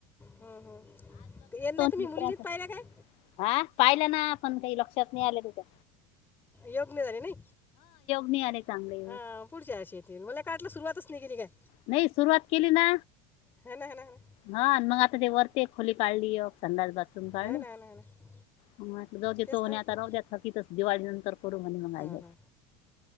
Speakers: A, on the left (about 20°); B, on the left (about 60°).
A: हम् हम यंदा तुम्ही
B: मित्राचं
A: मुलीनीत पाहिला काय
B: हा पाहिलं ना पण काही लक्षात नाही आल्या तच्या
A: योगन झाले नाही
B: निघाले चांगले
A: अ पुढच्या अशी येतील मला काढला सुरवातच नाही केेली काय
B: नाही सुरुवात केली ना
A: हा ना हा ना हा
B: हा मग आता ते वरते कालीक चंदात बतम काळल
A: ना हा ना हा ना हा ना
B: म जाऊ द
A: तेच
B: तो म्हणे
A: तर म्हटलं
B: आता राहू द्या थकीतच दिवाळी नंतर करू म्हणे मग
A: हां हां